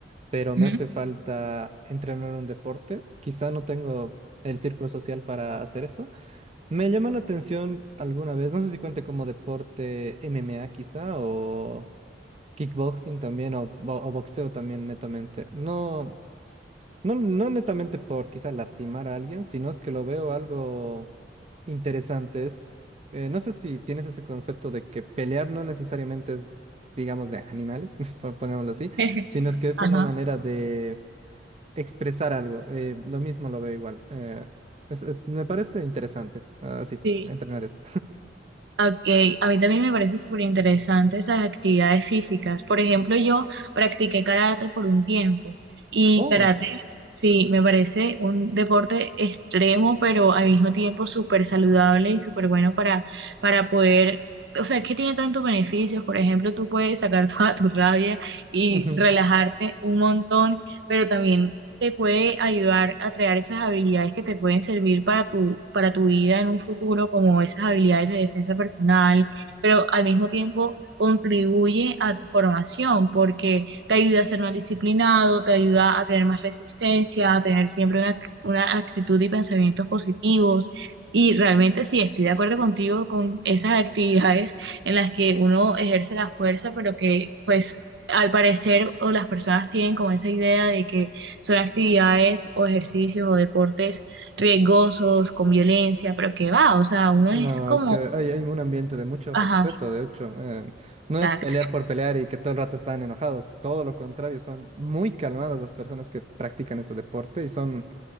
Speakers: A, on the right (about 35°); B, on the right (about 70°).
A: pero me
B: Ujú.
A: hace falta entrenar un deporte. Quizá no tengo el círculo social para hacer eso. Me llamó la atención alguna vez, no sé si cuente como deporte MMA quizá, o kickboxing también, o, bo- o boxeo también netamente. No, no, no netamente por quizá lastimar a alguien, sino es que lo veo algo interesante. Es, eh, no sé si tienes ese concepto de que pelear no necesariamente es, digamos, de animales, <laughs> pon- pongámoslo así,
B: <laughs>
A: sino es que es
B: Ajá.
A: una manera de expresar algo. Eh, lo mismo lo veo igual. eh, es- es- me parece interesante, así,
B: Sí.
A: entrenar eso.
B: Ok, a mí también me parece súper interesante esas actividades físicas. Por ejemplo, yo practiqué karate por un tiempo y
A: Oh,
B: karate, sí, me parece un deporte extremo, pero al mismo tiempo súper saludable y súper bueno para, para poder, o sea, que tiene tantos beneficios. Por ejemplo, tú puedes sacar <laughs> toda tu rabia y
A: ujú.
B: relajarte un montón, pero también te puede ayudar a crear esas habilidades que te pueden servir para tu, para tu vida en un futuro, como esas habilidades de defensa personal, pero al mismo tiempo contribuye a tu formación porque te ayuda a ser más disciplinado, te ayuda a tener más resistencia, a tener siempre una, una actitud y pensamientos positivos. Y realmente sí, estoy de acuerdo contigo con esas actividades en las que uno ejerce la fuerza, pero que pues al parecer o las personas tienen como esa idea de que son actividades o ejercicios o deportes riesgosos, con violencia, pero que va, o sea, uno
A: no,
B: es como,
A: es que hay, hay un ambiente de mucho
B: ajá,
A: respeto, de hecho. eh, no
B: exacto.
A: es pelear por pelear y que todo el rato están enojados, todo lo contrario, son muy calmadas las personas que practican este deporte y son,